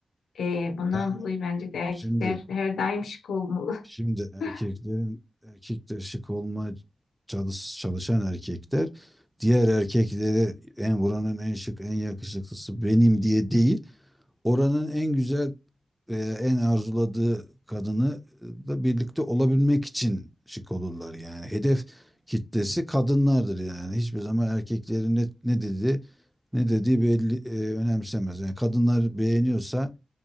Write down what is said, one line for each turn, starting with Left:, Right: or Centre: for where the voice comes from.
Left: Ee, bundan
Centre: yani
Left: dolayı bence de erkekler
Centre: şimdi
Left: her daim şık olmalı.
Centre: Şimdi erkeklerin
Left: <laughs>
Centre: erkekler şık olma çalış, çalışan erkekler diğer erkekleri en buranın en şık en yakışıklısı benim diye değil oranın en güzel e, en arzuladığı kadını e, da birlikte olabilmek için şık olurlar yani hedef kitlesi kadınlardır yani hiçbir zaman erkeklerin ne, ne dedi ne dediği belli e, önemsemez yani kadınlar beğeniyorsa